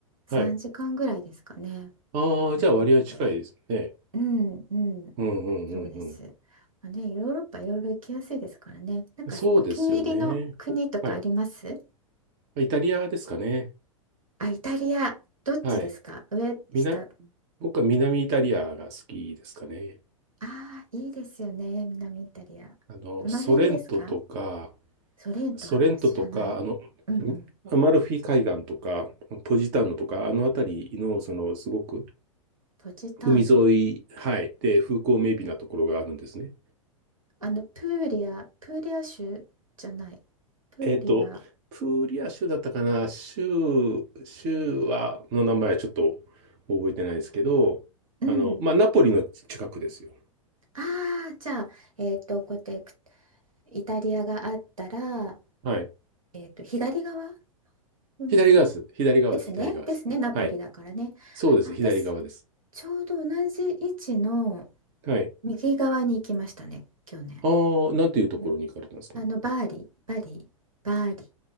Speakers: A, on the right; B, on the right.
A: 3時間ぐらいですかね、
B: はい。ああ、
A: パリまで。
B: じゃあ割合近いですね。
A: うんうん
B: うんうんうん
A: そうです。まあね、ヨーロッパいろいろ行きやすいですからね。なんかお気に入りの国とかあります
B: うん。そうですよね。はい。イタリアですかね。
A: あ、イタリア。どっちですか上、
B: はい。みな、
A: 下。あ
B: 僕は南イタリアが好きですかね。
A: あ、いいですよね。南イタリア。
B: あの、
A: どの辺ですか
B: ソレントとか、
A: ソレントは知らない。
B: ソレントとか、あの、ん
A: うんうん。
B: アマルフィ海岸とか、ポジターノとか、あの辺りの、その、すごく
A: ポジターノ。
B: 海沿い、はい、で、風光明媚なところがあるんですね。
A: あの、プーリア、プーリア州じゃない。プーリア。
B: えっと、プーリア州だったかな、州、州は、の名前はちょっと覚えてないですけど、
A: うん。
B: あの、まあ、ナポリの近くですよ。
A: ああ、じゃあ、えっと、こうやってイタリアがあったら、
B: はい。
A: えっと、左側、海沿い
B: 左側です。左側です。
A: ですね。
B: 左側です。
A: ですね。ナポリだからね。
B: はい。そうです。
A: あ、私、
B: 左側です。
A: ちょうど同じ位置の
B: はい。
A: 右側に行きましたね、去年。
B: ああ、なんていうところに行かれたんですか
A: うん。あの、バーリ、バリ、バーリ。